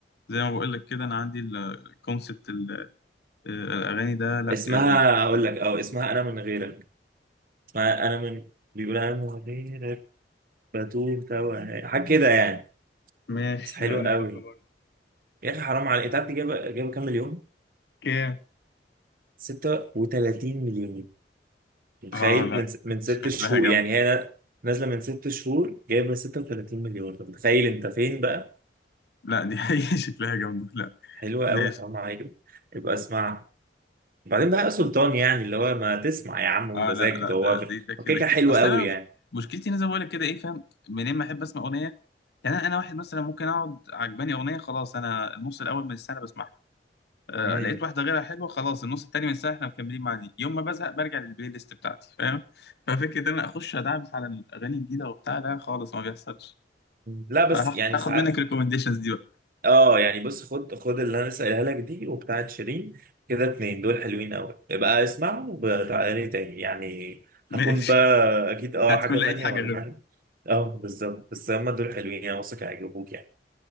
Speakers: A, on the left; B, on the right.
A: زي ما بقول لك كده انا عندي الكونسبت الاغاني ده لا
B: اسمها
A: يعني
B: أقول لك أه اسمها أنا من غيرك فانا من بيقول انا من غيرك بتوه توه حاجه كده يعني
A: ماشي
B: بس حلوه
A: لا نشوفها
B: قوي
A: برضه
B: يا اخي حرام عليك انت عارف دي جايبه جايبه كام مليون
A: كام
B: 36 مليون متخيل
A: اه لا
B: من س... من ست
A: شكلها
B: شهور
A: جامدة
B: يعني هي نازله من ست شهور جايبه 36 مليون طب متخيل انت فين بقى
A: لا دي حقيقة <laughs> شكلها جامدة لا
B: حلوه
A: ماشي
B: قوي حرام عليك يبقى اسمعها بعدين بقى يا سلطان يعني اللي هو ما تسمع يا عم وانت
A: اه
B: زي
A: لا لا
B: كده
A: ده
B: هو هو
A: ده, ده كده
B: كده كده
A: كده
B: حلو
A: اصل
B: قوي
A: انا
B: يعني
A: مش- مشكلتي إن انا زي ما بقول لك كده ايه فاهم منين ما احب اسمع اغنيه يعني انا أنا واحد مثلا ممكن اقعد عجباني اغنيه خلاص انا النص الاول من السنه بسمعها آه
B: امم
A: لقيت واحده غيرها حلوه خلاص النص التاني من السنه احنا مكملين مع دي يوم ما بزهق برجع للبلاي ليست بتاعتي فاهم ففكره ان انا اخش ادعبس على الاغاني الجديده وبتاع لا خالص ما بيحصلش
B: لا بس
A: فهاخد
B: يعني
A: هاخد
B: ساعات
A: منك ريكومنديشنز دي بقى
B: اه يعني بص خد خد اللي انا لسه قايلها لك دي وبتاعت شيرين كده اتنين دول حلوين قوي ابقى اسمعهم وتعالى لي تاني يعني
A: ماشي
B: هكون بقى
A: <laughs>
B: اكيد اه
A: هتكون
B: حاجه
A: لقيت
B: تانية
A: حاجه
B: ولا
A: غيرهم
B: حاجه اه بالظبط بس هما دول حلوين انا واثق هيعجبوك يعني